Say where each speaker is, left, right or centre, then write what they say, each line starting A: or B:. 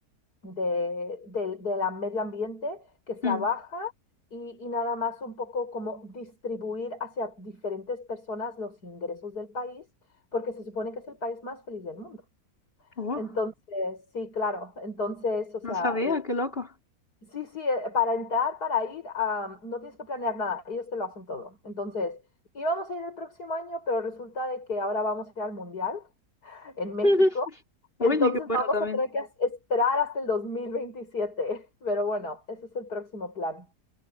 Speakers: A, on the left (about 85°); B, on the left (about 35°).
A: de, del del medio ambiente que sea
B: Mm.
A: baja y, y nada más un poco como distribuir hacia diferentes personas los ingresos del país, porque se supone que es el país más feliz del mundo.
B: Oh,
A: Entonces, sí, claro, entonces, o sea,
B: no sabía,
A: eh,
B: qué loco.
A: sí, sí, eh, para entrar, para ir, ah, no tienes que planear nada, ellos te lo hacen todo. Entonces, íbamos a ir el próximo año, pero resulta de que ahora vamos a ir al Mundial en México.
B: <laughs> Oye,
A: Entonces
B: qué bueno
A: vamos
B: también.
A: a tener que as- esperar hasta el 2027, <laughs> pero bueno, ese es el próximo plan.